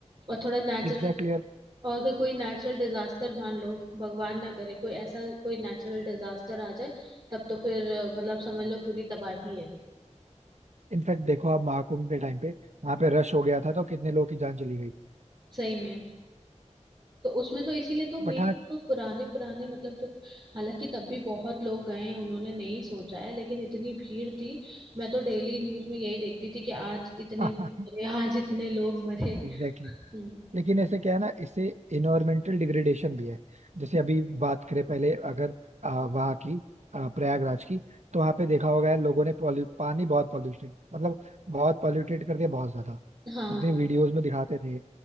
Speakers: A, on the right; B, on the right.
A: और थोड़ा नेचुरल
B: एग्जैक्टली और
A: और अगर कोई नेचुरल डिजास्टर मान लो भगवान ना करे कोई ऐसा कोई नेचुरल डिजास्टर आ जाए तब तो फिर अ, मतलब समझ लो पूरी तबाही है
B: इनफैक्ट देखो आप महाकुंभ के टाइम पे वहां पे रश हो गया था तो कितने लोगों की जान चली गई
A: सही में तो उसमें तो इसीलिए तो मेन
B: बट हाँ
A: जो पुराने पुराने मतलब जो हालांकि तब भी बहुत लोग गए हैं उन्होंने नहीं सोचा है लेकिन इतनी भीड़ थी मैं तो डेली न्यूज में यही देखती थी कि आज इतने
B: <laughs> हाँ
A: लोग
B: हाँ
A: मरे, आज इतने लोग मरे <laughs>
B: एग्जैक्टली
A: हम्म,
B: लेकिन ऐसे क्या है ना इससे इन्वायरमेंटल डिग्रेडेशन भी है जैसे अभी बात करें पहले अगर अ, वहाँ की अ, प्रयागराज की तो वहाँ पे देखा होगा यार लोगों ने पॉल्यू पानी बहुत पॉल्यूटेड मतलब बहुत पॉल्यूटेड कर दिया बहुत ज्यादा
A: हाँ
B: जितने वीडियोस में दिखाते थे